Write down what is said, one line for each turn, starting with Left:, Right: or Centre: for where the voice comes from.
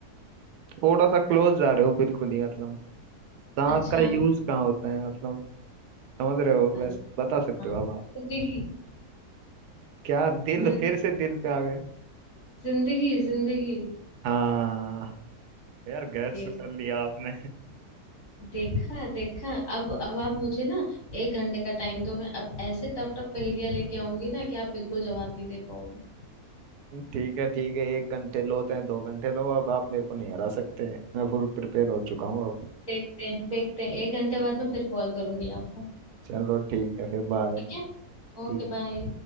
Right: थोड़ा सा क्लोज जा रहे हो बिल्कुल ही मतलब सांस
Left: अच्छा
Right: का यूज कहाँ होता है मतलब समझ रहे हो
Left: अरे
Right: वैसे बता सकते
Left: हाँ
Right: हो अब आप
Left: जिंदगी
Right: क्या दिल
Left: जिन-
Right: फिर से दिल पे आ गए
Left: जिंदगी जिंदगी
Right: हाँ यार गैस
Left: देख
Right: तो कर लिया आपने
Left: देखा देखा अब अब आप मुझे ना एक घंटे का टाइम दो मैं अब ऐसे टफ टफ पहेलियां लेके आऊंगी ना कि आप बिल्कुल जवाब नहीं दे पाओगे
Right: ठीक है ठीक है एक घंटे लो चाहे दो घंटे लो अब आप मेरे को नहीं हरा सकते मैं फुल प्रिपेयर हो चुका हूँ अब
Left: देखते हैं देखते हैं एक घंटे बाद में फिर कॉल करूंगी आपको
Right: चलो ठीक है फिर बाय
Left: ठीक है Okay
Right: ठीक
Left: bye